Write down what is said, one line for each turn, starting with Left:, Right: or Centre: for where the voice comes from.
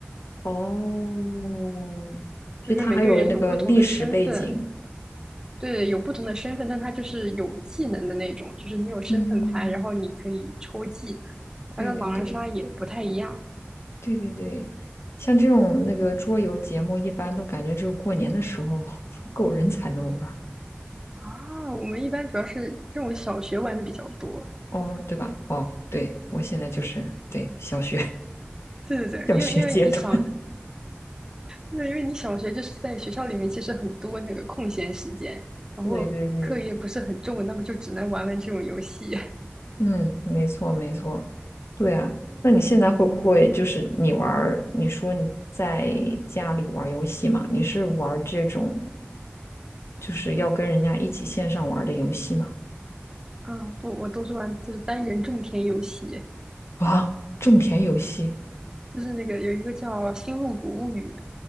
Left: 哦，
Right: <laughs>
Left: 其实它还有那个历史背景。
Right: 就是每个人有不同的身份，对，有不同的身份，但他就是有技能的那种，就是你有身份牌，
Left: 嗯，
Right: 然后你可以抽技能，它跟狼人杀也不太一样
Left: 对对对对对对，像这种那个桌游节目，一般都感觉只有过年的时候 <laughs> 够人才能玩儿
Right: 啊。我们一般主要是这种小学玩的比较多，
Left: 哦，对吧？哦，对，我现在就是对小学
Right: 对对对，
Left: <laughs> 小学阶段。
Right: 因为因为你想。对，因为你小学就是在学校里面，其实很多那个空闲时间，然后课业不是很重，
Left: 对对对，
Right: 那么就只能玩玩这种游戏。<laughs>
Left: 嗯，没错没错，对啊。那你现在会不会就是你玩儿？你说你在家里玩儿游戏嘛？你是玩儿这种就是要跟人家一起线上玩儿的游戏吗？
Right: 啊，不，我都是玩就是单人种田游戏，
Left: 啊，种田游戏
Right: 就是那个有一个叫《星露谷物语》，